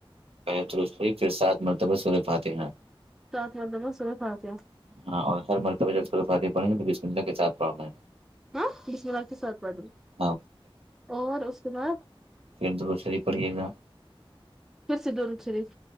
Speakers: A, on the right; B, in the centre.
A: پہلے درود شریف پھر ساتھ مرتبہ سورے پات ہیں
B: سات مرتبہ سورہ فاتحہ
A: ہاں اور ہر مرتبہ جب سورہ فاتحہ پڑھیں گے تو بسم اللہ کے ساتھ پڑھنا
B: ہاں بسم اللہ کے ساتھ پڑھ
A: <unintelligible>
B: اور اس کے بعد
A: پھرر درود شریف ہی پڑھیے گا
B: پھر سے درود شریف